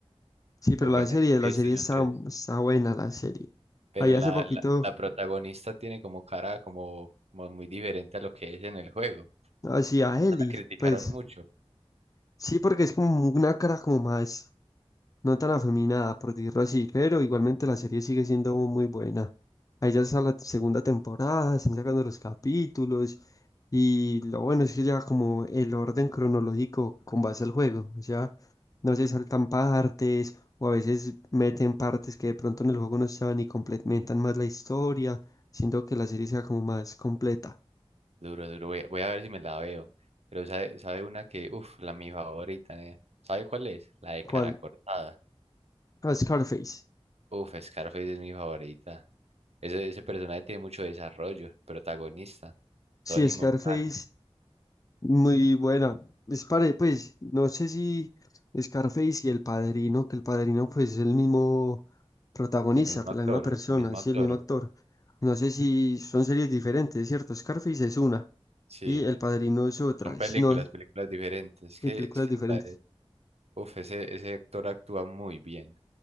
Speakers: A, on the left (about 35°); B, on the right (about 75°).
A: Sí, pero
B: lo jugué
A: la
B: en
A: serie,
B: el PlayStation
A: la serie está,
B: tres
A: está buena, la serie.
B: Pero
A: Ahí hace
B: la,
A: poquito
B: la, la protagonista tiene como cara como, como muy diferente a lo que es en el juego.
A: hacía Eli,
B: La criticaron
A: pues
B: mucho.
A: sí, porque es como una cara como más No tan afeminada, por decirlo así, pero igualmente la serie sigue siendo muy buena. Ahí ya está la segunda temporada, están sacando los capítulos y lo bueno es que ya como el orden cronológico con base al juego, o sea, no se saltan partes o a veces meten partes que de pronto en el juego no estaban y complementan más la historia, siendo que la serie sea como más completa.
B: Duro, duro. Voy, a voy a ver si me la veo. Pero sabe, sabe una que, uff, la mi favorita, eh. ¿Sabe cuál es? La de
A: ¿Cuál?
B: cara cortada.
A: Ah, Scarface.
B: Uff, Scarface es mi favorita. Ese, ese personaje tiene mucho desarrollo. el Protagonista.
A: Sí,
B: Tony
A: Scarface
B: Montana.
A: Muy buena. Es pare- pues, no sé si Scarface y El Padrino, que El Padrino pues es el mismo protagonista,
B: El mismo
A: pues
B: actor.
A: la misma persona,
B: El mismo
A: sí,
B: actor.
A: el mismo actor. No sé si son series diferentes, ¿cierto? Scarface es una
B: Sí.
A: y El Padrino es otra,
B: Son películas,
A: sino
B: películas diferentes. Es
A: sí,
B: que,
A: películas
B: es que
A: diferentes.
B: la de- uf, ese, ese actor actúa muy bien.